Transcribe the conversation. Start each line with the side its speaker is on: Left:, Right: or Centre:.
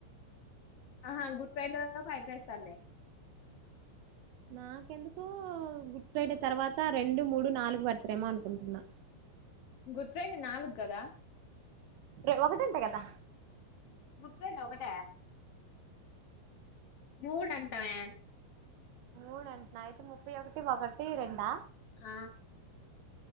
Left: ఆహా గుడ్ ఫ్రైడే లో ఉన్నపుడు అయ్పేస్తాండే
Right: నాకెందుకు గుడ్ ఫ్రైడే తర్వాత, రెండు మూడు నాలుగు బర్తడేమో అనుకుంటున్నా
Left: గుడ్ ఫ్రైడే నాలుగు కదా
Right: ఏ ఒకటీ అంట కదా
Left: స ఒకట మూడు అంటనే
Right: మూడు అంటున్నా అయితే ముప్పై ఒకటి రెండా
Left: ఆ